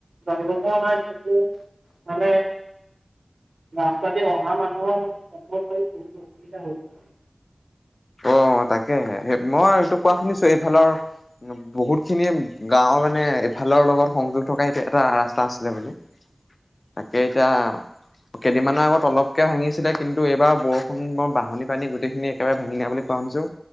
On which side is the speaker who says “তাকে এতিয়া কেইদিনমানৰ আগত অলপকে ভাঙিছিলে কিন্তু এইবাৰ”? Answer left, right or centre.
Left